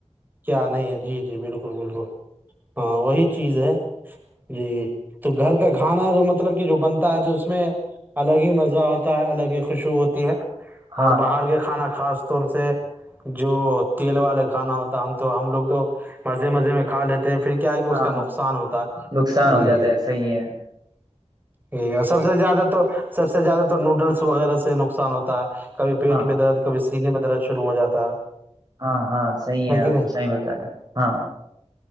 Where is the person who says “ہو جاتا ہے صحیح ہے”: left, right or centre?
Right